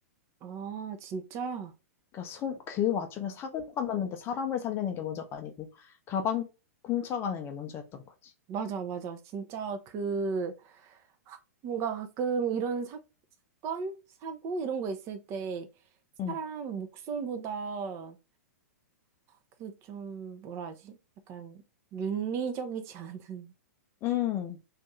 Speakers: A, on the right; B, on the left.
A: 아, 진짜?
B: 그러니까 손, 그 와중에 사고가 났는데 사람을 살리는 게 먼저가 아니고 가방 훔쳐가는 게 먼저였던 거지.
A: 맞아, 맞아. 진짜 그, 뭔가 가끔 이런 사, 사건? 사고? 이런 거 있을 때, 사람
B: 응,
A: 목숨보다 그 좀, 뭐라 하지? 약간 윤리적이지 <laughs> 않은
B: 응,